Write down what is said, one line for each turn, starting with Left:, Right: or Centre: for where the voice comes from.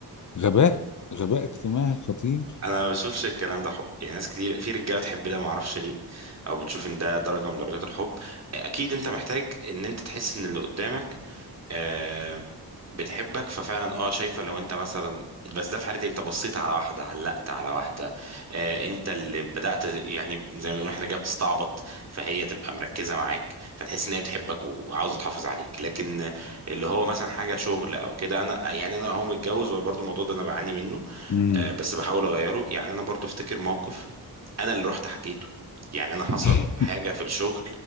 Left: غباء غباء اجتماعي خطير
Right: انا ما بشوفش الكلام ده حب يعني ناس كتير في رجاله تحب ده ما اعرفش ليه او بتشوف ان ده درجه من درجات الحب اكيد انت محتاج ان انت تحس ان اللي قدامك آه بتحبك ففعلا اه شايفه لو انت مثلا بس ده في حالتي انت بصيت على واحده علقت على واحده آه انت اللي بدات يعني زي ما بنقول احنا جاي بتستعبط فهي تبقى مركزه معاك فتحس ان هي بتحبك و- وعاوزه تحافظ عليك لكن اللي هو مثلا حاجه شغل او كده انا يعني انا هو متجوز وبرضه الموضوع ده انا بعاني منه
Left: امم
Right: آه، بس بحاول اغيره يعني انا برضو افتكر موقف انا اللي رحت حكيته يعني انا حصل
Left: <laughs>
Right: حاجه في الشغل